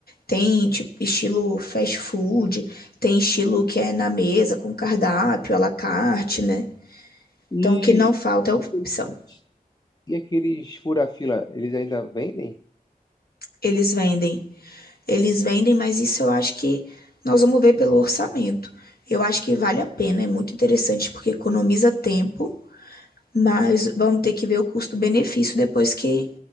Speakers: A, on the left; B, on the left.
A: Tem, tipo, estilo fast food, tem estilo que é na mesa, com cardápio, à la carte,
B: Hum.
A: né?
B: E,
A: Então, o que não falta
B: e
A: é
B: aqueles,
A: opção.
B: e aqueles fura-fila, eles ainda vendem?
A: Eles vendem. Eles vendem, mas isso eu acho que nós vamos ver pelo orçamento. Eu acho que vale a pena, é muito interessante, porque economiza tempo, mas vamos ter que ver o custo-benefício depois que